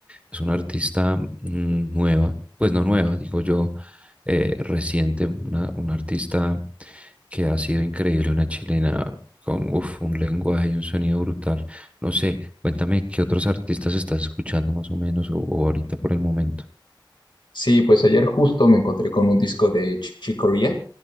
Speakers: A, on the right (about 15°); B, on the left (about 65°).
A: Es una artista mm, nueva, pues no nueva, digo yo, eh, reciente, una, una artista que ha sido increíble, una chilena con uf, un lenguaje y un sonido brutal. No sé, cuéntame qué otros artistas estás escuchando más o menos o o ahorita por el momento.
B: Sí, pues ayer justo me encontré con un disco de Ch Chick Corea